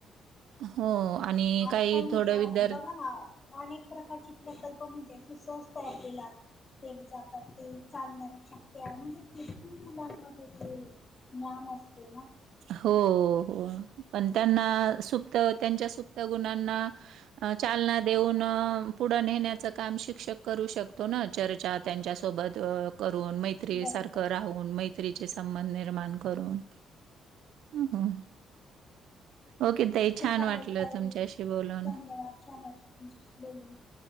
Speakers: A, on the right; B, on the left.
A: हो आणि.
B: आजकाल
A: काही
B: म्हणजे
A: थोडं विद्यार्थी
B: बघा ना. अनेक प्रकारचे प्रकल्प म्हणजे शसोस तयार केलात. केले जातात ते चालणाऱ्या चक्क्या म्हणजे कवी मुलांमध्ये ते. ज्ञान असते ना.
A: हो हो पण त्यांना. सुप्त त्यांच्या सुप्त गुणांना चालना देऊन. पुढं नेण्याच काम शिक्षक करू शकतो ना चर्चा त्यांच्या सोबत करून मैत्री
B: बरोबर
A: सारखं राहून मैत्रीचे संबंध निर्माण करून. हम हम. ओके तेही छान
B: चालेल
A: वाटलं
B: ताई
A: तुमच्याशी बोलून..
B: धन्यवाद <inaudible>